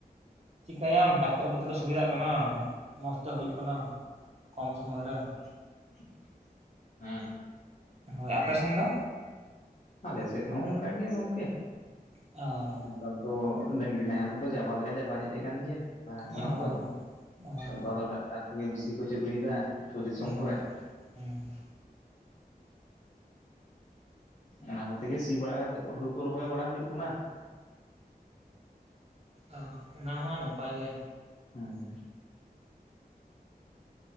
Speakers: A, on the right (about 40°); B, on the left (about 45°).
A: ᱪᱤᱠᱟᱹᱭᱟᱢ ᱴᱟᱠᱴᱟᱨ ᱠᱚᱛᱮ ᱫᱚ ᱥᱩᱵᱤᱫᱷᱟᱜ ᱠᱟᱱᱟ ᱢᱚᱸᱡᱽ ᱛᱮ ᱦᱩᱭᱩᱜ ᱠᱟᱱᱟ ᱠᱚᱢ ᱥᱚᱢᱚᱭ ᱨᱮ᱾
B: ᱦᱮᱸ ᱦᱮᱸ
A: ᱦᱳᱭ ᱟᱯᱮ ᱥᱮᱱ ᱫᱚ?
B: ᱟᱞᱮ ᱥᱮᱫ ᱦᱚᱸ ᱚᱱᱠᱟ ᱜᱮ ᱜᱚᱝᱠᱮ᱾
A: ᱚ
B: ᱱᱮᱛᱟᱨ ᱫᱚ ᱰᱟᱹᱝᱨᱤ ᱱᱟᱦᱮᱞ ᱠᱚᱫᱚ ᱪᱟᱵᱟ ᱞᱮᱠᱟ ᱪᱟᱵᱟ ᱦᱮᱡ ᱟᱠᱟᱱ ᱜᱮᱭᱟ᱾ ᱞᱟᱦᱟ ᱠᱷᱚᱱᱟᱜ
A: ᱦᱳᱭ
B: ᱫᱚ
A: ᱦᱳᱭ
B: ᱱᱮᱛᱟᱨᱫᱚ ᱟᱫᱚ ᱴᱟᱠᱴᱟᱨ ᱠᱚᱜᱮ ᱵᱤᱥᱤ ᱠᱚ ᱪᱟᱹᱞᱩᱭᱮᱫᱟ ᱟᱹᱛᱩ ᱫᱤᱥᱚᱢ
A: ᱦᱮᱸ
B: ᱠᱚᱨᱮ
A: ᱦᱮᱸ
B: ᱚᱱᱟ ᱠᱚᱛᱮ ᱜᱮ ᱥᱤ ᱵᱟᱲᱟ ᱠᱟᱛᱮᱜ ᱦᱩᱲᱩ ᱠᱚ ᱨᱚᱦᱚᱭ ᱵᱟᱲᱟ ᱦᱩᱭᱩᱜ ᱠᱟᱱᱟ
A: ᱚ ᱚᱱᱟ ᱦᱚᱸ ᱱᱟᱯᱟᱭ ᱜᱮ
B: ᱦᱮᱸ